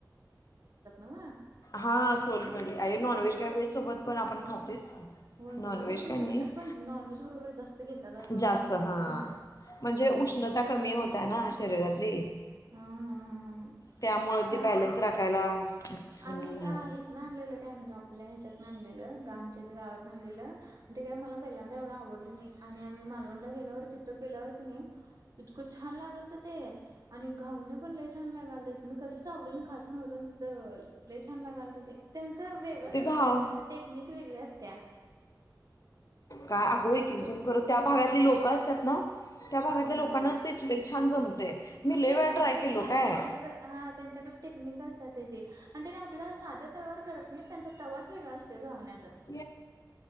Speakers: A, on the right; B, on the left.
A: मग
B: हा सोनकडी अय नॉनवेहेज काय व्हेज सोब पण आपण खाते
A: होय
B: नॉनव्हेज
A: व्हेज बरोबर पण
B: काय
A: खातात
B: नाही
A: पण नॉनव्हेज बरोबर जास्त घेतात असं
B: जास्त
A: माहित
B: हा
A: मला म्हणाल
B: म्हणजे
A: हम्म
B: उष्णता कमी होत्या ना शरीरातली.
A: हा हा हा हा
B: त्यामुळं
A: छान
B: ते बॅलेन्स
A: लागते
B: राखायला. हम्म.
A: आम्ही एका हितन आणलेलं काय म्हणजे आपल्या तिच्यात <unintelligible> आच्या इथे गावात आणलेलं ते काय मला पहिल्यांदा एवढं आवडलं नाही आणि आम्ही मालवंड गेल्यावर तिथं पिल्यावर की नाही तितक छान लागाल तर ते आणि गाऊून पण ल छान लागाल ते मी कधीच आवडेल ना खात नव्हत तिथं लय छान लागलं ते त्यांचे वेगळेच
B: ते घा
A: असतं ग त्यांची टेक्निक वेगळी असत्या
B: काय
A: आणि त्यांचा
B: अगं
A: हात
B: एक एक
A: बसलेला
B: जन खरं
A: असतोय
B: त्या भागातली लोक असतात ना त्या भागातल्या
A: हम्म
B: लोकांनाच ते च छान जमते मी
A: मग
B: लई
A: ते
B: वेळा
A: सांगाले
B: ट्राय केलो
A: की
B: काय
A: त्यांच्याकडं हा त्यांच्याकडे टेक्निक असत्या त्याची आणि त्याने आपल्या साध्या तव्यावर करत नाही त्यांचा तवाच वेगळा असतो धावण्यात.
B: <unintelligible>